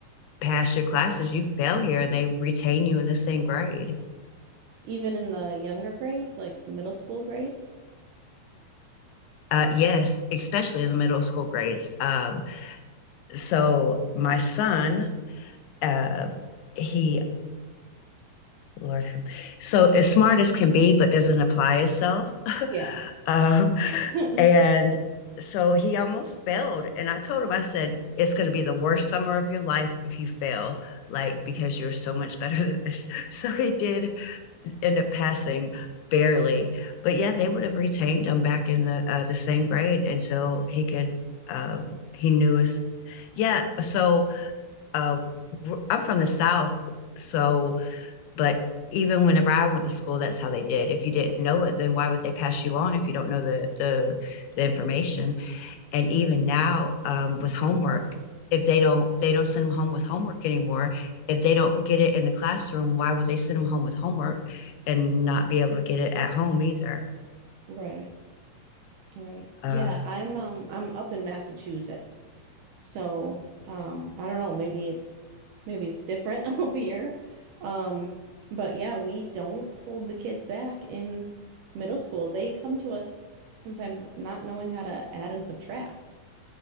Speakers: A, on the left; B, on the right.
A: pass your classes, you fail here, and they retain you in the same grade.
B: Even in the younger grades, like middle school grades.
A: Uh, yes, especially in the middle school grades. Um, so my son, uh, he Lord, have- so as smart as can be, but doesn't apply itself.
B: Yeah.
A: Uh,
B: <laughs>
A: And so he almost failed. And I told him, I said, it's going to be the worst summer of your life if you fail, like, because you're so much <laughs> better than this. So he did end up passing barely. But yeah, they would have retained him back in the, uh, the same grade. And so he could, um, he knew his, yeah. So uh, I'm from the South. So, but even whenever I went to school, that's how they did. If you didn't know it, then why would they pass you on if you don't know the the, the information? and even now um, with homework if they don't they don't send them home with homework anymore if they don't get it in the classroom why would they send them home with homework and not be able to get it at home either
B: Right. Right.
A: uh,
B: Yeah, I'm um I'm up in Massachusetts. So, um I don't know, maybe it's maybe it's different <laughs> up here. Um but yeah, we don't hold the kids back in middle school. They come to us sometimes not knowing how to add and subtract.